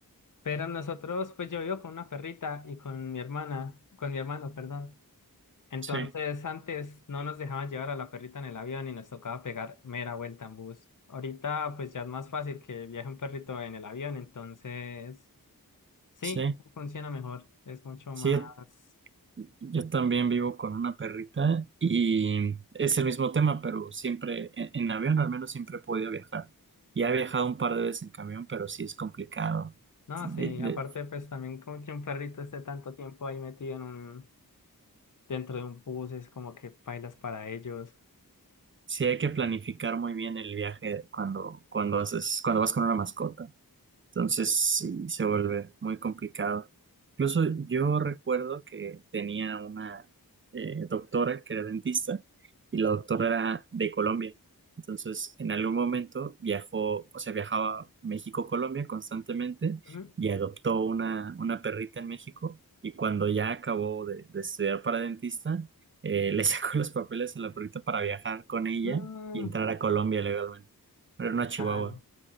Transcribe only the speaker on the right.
Sí.
Sí,
sí,
Yo también vivo con una perrita y es el mismo tema, pero siempre en, en avión, al menos siempre he podido viajar. Ya he viajado un par de veces en camión, pero sí es complicado.
De-
de-
sí hay que planificar muy bien el viaje cuando, cuando haces, cuando vas con una mascota. Entonces sí, se vuelve muy complicado. Incluso yo recuerdo que tenía una eh, doctora que era dentista y la doctora era de Colombia. Entonces en algún momento viajó, o sea, viajaba a México-Colombia constantemente
y adoptó una, una perrita en México y cuando ya acabó de, de estudiar para dentista, eh, le <laughs> sacó los papeles a la perrita para viajar con ella
y entrar a Colombia legalmente. Pero no a Chihuahua.